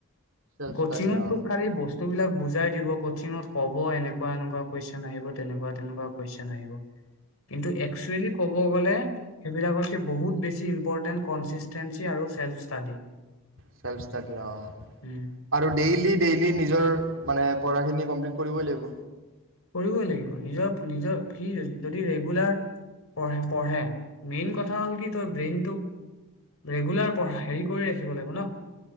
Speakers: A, on the right (about 60°); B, on the left (about 75°).
A: চেল্ফ
B: কচিংতটো
A: ষ্টাডি অ',
B: খালি বস্তু টোবিলাক বুজাই দিব, কচিঙত ক'ব এনেকুৱা এনেকুৱা কুৱেইছন আহিব, তেনেকুৱা তেনেকুৱা কুৱেইছন আহিব, কিন্তু একচুৱেলী ক'ব ক'ব গ'লে সেইবিলাকতকে বহুত বেছি ইম্পৰ্টেণ্ট কঞ্চিষ্টেন্সী আৰু ছেল্ফ ষ্টাডী।
A: ছেল্ফ ষ্টাডী অহ।
B: উম।
A: আৰু ডেইলি ডেইলি নিজৰ মানে পঢ়াখিনি কমপ্লিট কৰিবই লাগিব।
B: কৰিবই লাগিব। নিজৰ-নিজৰ সি যদি ৰেগুলাৰ পঢ-পঢ়ে, মেইন কথা হ'ল কি তই ব্ৰেইনটোক ৰেগুলাৰ প, হেৰি কৰি ৰাখিব লাগিব ন।